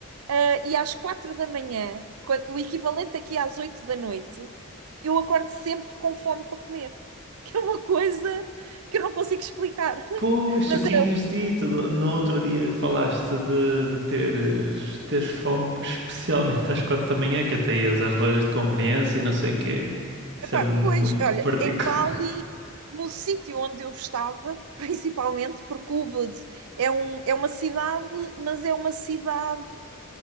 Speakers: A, on the right (about 80°); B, on the right (about 55°).
A: Ah, e às quatro da manhã, quan- o equivalente aqui às oito da noite, eu acordo sempre com fome para comer, <laughs> que é uma coisa que eu não consigo explicar. <laughs>
B: Pois,
A: Mas
B: tu tinhas
A: eu,
B: dito, do- no outro dia falaste de, de teres, teres fome, especialmente às quatro da manhã, que até ias às lojas de conveniência e não sei o quê. Isso
A: epá,
B: é muito
A: pois, olha,
B: particular.
A: em Bali,
B: <laughs>
A: no sítio onde eu estava, <laughs> principalmente, porque Ubud é, um, é uma cidade, mas é uma cidade.